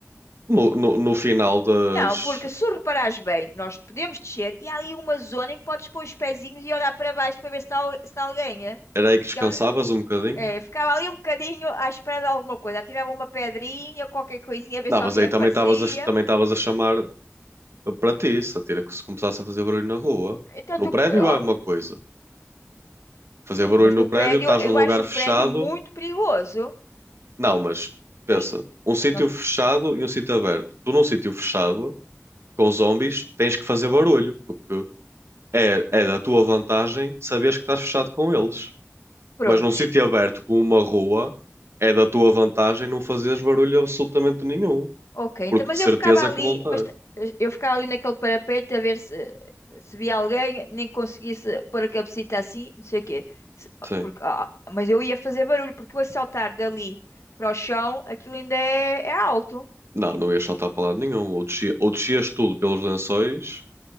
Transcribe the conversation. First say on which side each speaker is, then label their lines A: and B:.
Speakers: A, on the right; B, on the left.
A: No, no, no final das.
B: Não, porque se tu reparares bem, nós podemos descer e há ali uma zona em que podes pôr os pezinhos e olhar para baixo para ver se está, al- se está alguém. eh?
A: Era aí que
B: Se
A: descansavas
B: que ele-
A: um bocadinho?
B: eh, ficava ali um bocadinho à espera de alguma coisa. Atirava uma pedrinha, qualquer coisinha, a ver
A: Não,
B: se
A: mas
B: alguém
A: aí
B: aparecia.
A: também estavas a, também estavas a chamar para ti, se atira que se começassem a fazer barulho na rua.
B: Então
A: No
B: tu,
A: prédio
B: eh, ó,
A: é uma coisa. Fazer
B: eh,
A: barulho
B: mas
A: no
B: no
A: prédio,
B: prédio,
A: estás
B: eu
A: num lugar
B: acho
A: fechado.
B: o prédio muito perigoso.
A: Não, mas pensa,
B: As-
A: um sítio
B: nós-
A: fechado e um sítio aberto. Tu num sítio fechado com zombies, tens que fazer barulho, porque é, é da tua vantagem saberes que estás fechado com eles.
B: prontos
A: Mas num sítio aberto como uma rua, é da tua vantagem não fazeres barulho absolutamente nenhum,
B: Ok, então,
A: porque
B: mas
A: de certeza
B: eu ficava ali,
A: que vão ter.
B: mas t- eu ficava ali naquele parapeito a ver se, se via alguém, nem conseguisse pôr a cabecita assim, não sei o quê. Se-
A: Sim.
B: porque, ah, mas eu ia fazer barulho, porque eu o saltar dali para o chão, aquilo ainda é, é alto.
A: Não, não ias saltar para lado nenhum. Ou descia- ou descias tudo pelos lençóis.